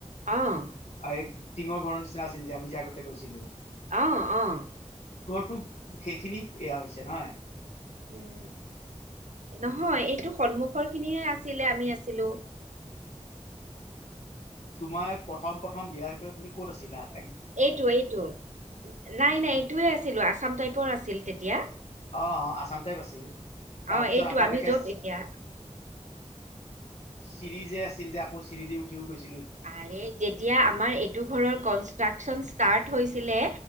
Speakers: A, on the right; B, on the left.
A: অ'।
B: এই টিঙৰ ঘৰ নিচিনা আছিল যে, আমি যে, আগতে গৈছিলোঁ
A: অ', অ'।
B: টো, সেইখিনি এয়া হৈছে নহয়।
A: উম নহয় এইটো সন্মুখৰ খিনিহে আছিলে আমি আছিলো
B: তোমাৰ প্ৰথম প্ৰথম বিয়া হৈ পেলাই তুমি ক'ত আছিলা আৰু
A: এইটো এইটো নাই নাই এইটোৱে আছিলো আসাম টাইপৰ আছিল তেতিয়া।
B: অ আসাম টাইপ আছিল তাৰপিছত
A: অ এইটো
B: আকৌ
A: আমি
B: এনেকে
A: য'ত এতিয়া
B: চিৰি যে আছিল যে আকৌ চিৰি দি উঠিও গৈছিল
A: আৰে যেতিয়া আমাৰ এইটো ঘৰৰ কনষ্ট্ৰাকচন ষ্টাৰ্ট হৈছিলে